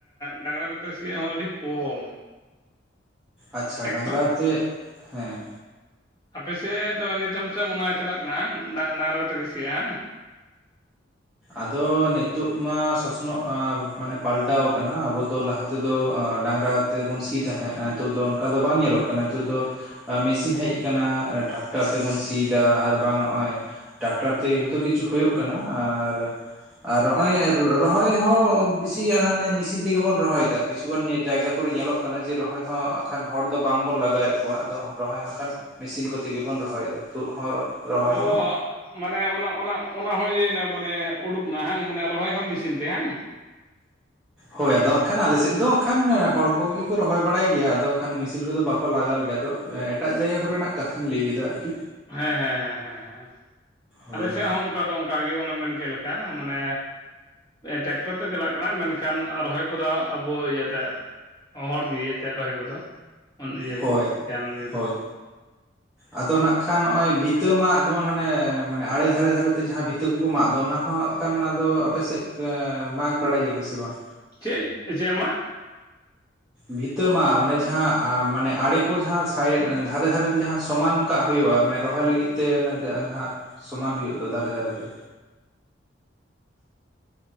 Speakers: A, on the left; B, in the centre.
A: ᱰᱟᱝᱨᱟ ᱠᱚᱛᱮ ᱥᱤᱭᱜ ᱦᱚᱸ ᱟᱹᱰᱤ ᱠᱚᱢ
B: ᱟᱪᱷᱟ
A: ᱴᱮᱠᱴᱚᱨ
B: ᱰᱟᱝᱨᱟ ᱟ ᱛᱮ ᱦᱮᱸ
A: ᱟᱯᱮᱥᱮᱫ ᱫᱚ ᱱᱤᱛᱦᱟᱹᱵ ᱥᱮᱫ ᱚᱱᱟ ᱪᱟᱞᱟᱜ ᱠᱟᱱᱟ ᱰᱟᱝᱨᱟ ᱠᱚᱛᱮ ᱠᱚ ᱥᱤᱭᱟᱜᱼᱟ ᱵᱟᱝ
B: ᱟᱫᱚ ᱱᱤᱛᱚᱜ ᱢᱟ ᱥᱚᱥᱱᱚᱜ ᱢᱟᱱᱮ ᱯᱟᱞᱴᱟᱣ ᱟᱠᱟᱱᱟ ᱟᱵᱚᱫᱚ ᱞᱟᱦᱟ ᱛᱮᱫᱚ ᱰᱟᱝᱨᱟ ᱛᱮ ᱵᱚᱱ ᱥᱤ ᱛᱟᱦᱮᱸᱱᱟ ᱱᱤᱛᱚᱜ ᱫᱚ ᱚᱱᱠᱟ ᱫᱚ ᱵᱟᱝ ᱧᱮᱞᱚᱜ ᱠᱟᱱᱟ ᱱᱤᱛᱚᱜ ᱫᱚ ᱢᱮᱥᱤᱱ ᱦᱮᱡ ᱟᱠᱟᱱᱟ ᱴᱨᱟᱠᱴᱟᱨ ᱛᱮᱵᱚᱱ ᱥᱤᱭᱟ ᱟᱨ ᱵᱟᱝ ᱱᱚᱜᱼᱚᱭ ᱴᱟᱠᱴᱟᱨ ᱛᱮᱜᱮ ᱡᱷᱚᱛᱚ ᱠᱤᱪᱷᱩ ᱦᱩᱭᱩᱜᱳ ᱠᱟᱱᱟ ᱟᱨ᱾ ᱟᱨ ᱱᱚᱜ ᱚᱚᱭ ᱨᱚᱦᱚᱭ ᱦᱚᱸ ᱢᱤᱥᱤᱱ ᱟᱛᱮ ᱢᱮᱥᱤᱱ ᱛᱮᱜᱮ ᱵᱚᱱ ᱨᱚᱦᱚᱭᱮᱫᱟ ᱠᱤᱪᱷᱩᱩᱜᱟᱱ ᱡᱟᱭᱜᱟ ᱠᱚᱨᱮ ᱧᱮᱞᱚᱜ ᱠᱟᱱᱟ ᱠᱟᱱᱟ ᱡᱮ ᱨᱚᱦᱚᱭ ᱦᱚᱸ ᱠᱷᱟᱱ ᱦᱚᱲ ᱫᱚ ᱵᱟᱝᱵᱚᱱ ᱞᱟᱜᱟᱣᱮᱫ ᱠᱚᱣᱟ ᱟᱫᱚ ᱨᱚᱦᱚᱭ ᱦᱚᱸ ᱦᱟᱸᱜ ᱠᱷᱟᱱ᱾ ᱢᱮᱥᱤᱱ ᱠᱚᱛᱮᱜᱮᱵᱩᱱ ᱨᱚᱦᱚᱭᱮᱫᱟ ᱛᱩᱫ ᱦᱚᱸ᱾ ᱨᱚᱦᱚᱭ
A: ᱚ
B: ᱦᱚᱸ
A: ᱢᱟᱱᱮ ᱚᱱᱟ ᱚᱱᱟ ᱚᱱᱟ ᱦᱚᱸ ᱤᱭᱟ ᱮᱱᱟ ᱢᱟᱱᱮ ᱩᱰᱩᱠ ᱮᱱᱟ ᱦᱟᱝ ᱢᱟᱱᱮ ᱨᱚᱦᱚᱭ ᱦᱚᱸ ᱢᱮᱥᱤᱱ ᱛᱮ ᱦᱟᱝ
B: ᱦᱳᱭ ᱟᱫᱚ ᱦᱟᱸᱜ ᱠᱷᱟᱱ ᱟᱞᱮ ᱥᱮᱫ ᱫᱚ ᱦᱟᱸ ᱠᱷᱟᱱ ᱦᱚᱲ ᱠᱚᱜᱮ ᱠᱚ ᱨᱚᱦᱚᱭ ᱵᱟᱲᱟᱭ ᱜᱮᱭᱟ ᱟᱫᱚ ᱠᱷᱟᱱ ᱢᱮᱥᱤᱱ ᱠᱚᱫᱚ ᱵᱟᱠᱚ ᱞᱟᱜᱟᱣ ᱜᱮᱭᱟ ᱟᱫ ᱮᱴᱟᱜ ᱡᱟᱭᱜᱟ ᱠᱚᱨᱮᱱᱟᱜ ᱠᱟᱛᱷᱟᱧ ᱞᱟᱹᱭ ᱞᱮᱫᱟ ᱟᱨᱠᱤ
A: ᱦᱮᱸ ᱦᱮᱸ ᱦᱮᱸ ᱦᱮᱸ ᱦᱮᱸ
B: ᱦᱳᱭ
A: ᱟᱞᱮ ᱥᱮᱫ ᱦᱚᱸ ᱚᱱᱠᱟ ᱫᱚ ᱚᱱᱠᱟ ᱜᱮ ᱚᱱᱮ ᱢᱮᱱ ᱠᱮᱫ ᱞᱮᱠᱟ ᱢᱟᱱᱮ ᱴᱨᱟᱠᱴᱚᱨ ᱛᱮ ᱪᱟᱞᱟᱜ ᱠᱟᱱᱟ ᱢᱮᱱᱠᱷᱟᱱ ᱨᱚᱦᱚᱭ ᱠᱚᱫᱚ ᱟᱵᱚ ᱤᱭᱟᱹᱛᱮ ᱦᱚᱲ ᱜᱮ ᱤᱭᱟᱛᱮ ᱨᱚᱦᱚᱭ ᱠᱚᱫᱚ ᱤᱭᱟᱹ
B: ᱦᱳᱭ
A: ᱜᱮ ᱡᱟᱦᱟᱱ ᱤᱭᱟᱹ ᱫᱚ
B: ᱦᱳᱭ
A: ᱵᱟᱝ
B: ᱟᱫᱚ ᱱᱟᱜ ᱠᱷᱟᱱ ᱱᱚᱜᱼᱚᱭ ᱵᱷᱤᱛ ᱵᱤᱛᱟᱹ ᱢᱟᱜ ᱡᱮᱢᱚᱱ ᱦᱟᱱᱮ ᱢᱟᱱᱮ ᱟᱲᱮ ᱫᱷᱟᱨᱮ ᱫᱷᱟᱨᱮᱛᱮ ᱡᱟᱦᱟᱸ ᱵᱤᱛᱟᱹ ᱠᱚᱠᱚ ᱢᱟᱜ ᱫᱚ ᱚᱱᱟ ᱦᱚᱸ ᱦᱜ ᱠᱟᱱᱟᱱ ᱚᱱᱟᱫᱚ ᱟᱯᱮᱥᱮᱫ ᱢᱟᱜᱽ ᱵᱟᱲᱟᱭ ᱜᱮᱭᱟᱠᱚ ᱥᱮ ᱵᱟᱝ
A: ᱪᱮᱫ ᱪᱮᱫ ᱢᱟᱜ
B: ᱵᱷᱤᱛᱟᱹ ᱢᱟ ᱚᱱᱮ ᱡᱟᱦᱟᱸ ᱢᱟᱱᱮ ᱟᱲᱮ ᱠᱚ ᱡᱟᱦᱟᱸ ᱥᱟᱭᱤᱰ ᱫᱷᱟᱨᱮ ᱫᱷᱟᱨᱮᱛᱮ ᱡᱟᱦᱟᱸ ᱥᱚᱢᱟᱱ ᱠᱟᱜ ᱦᱩᱭᱩᱜᱼᱟ ᱢᱟᱱᱮ ᱨᱚᱦᱚᱭ ᱞᱟᱹᱜᱤᱫ ᱛᱮ ᱚᱱᱮᱟᱜ ᱥᱚᱢᱟᱱ ᱦᱩᱭᱩᱜ ᱫᱚ ᱫᱷᱟᱨᱮ ᱫᱷᱟᱨᱮ ᱛᱮ